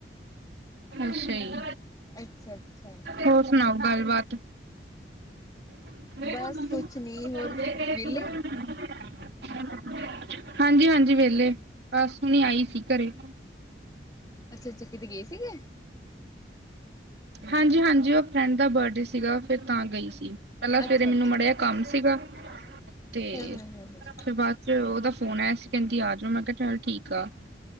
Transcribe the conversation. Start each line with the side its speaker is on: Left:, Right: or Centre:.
Right: ਅੱਛਾ ਜੀ।
Left: ਅੱਛਾ ਅੱਛਾ
Right: ਹੋਰ ਸੁਣਾਓ ਗੱਲਬਾਤ? <unintelligible>
Left: ਬਸ ਕੁਛ ਨੀ ਹੋਰ ਵਿਹਲੇ
Right: ਹਾਂਜੀ ਹਾਂਜੀ ਵਹਲੇ, ਬਸ ਹੁਣੀ ਆਈ ਸੀ ਘਰੇ।
Left: ਅੱਛਾ-ਅੱਛਾ ਕਿਤੇ ਗਏ ਸੀਗੇ
Right: ਹਾਂਜੀ-ਹਾਂਜੀ ਉਹ ਫਰੈਂਡ ਦਾ ਬਰਡੇ ਸੀਗਾ ਫਿਰ ਤਾਂ ਗਈ ਸੀ ਪਹਿਲਾਂ ਸਵੇਰੇ
Left: ਅੱਛਾ
Right: ਮੈਨੂੰ
Left: ਅੱਛਾ
Right: ਮਾੜਾ ਜਿਹਾ ਕੰਮ ਸੀਗਾ ਤੇ
Left: ਹਮ ਹਮ ਹਮ ਹਮ
Right: ਫਿਰ ਬਾਅਦ ਚ ਉਹਦਾ ਫੋਨ ਆਇਆ ਸੀਂ ਕਹਿੰਦੀ ਆ ਜਾਓ ਮੈਂ ਕਿਹਾ ਚੱਲ ਠੀਕ ਆ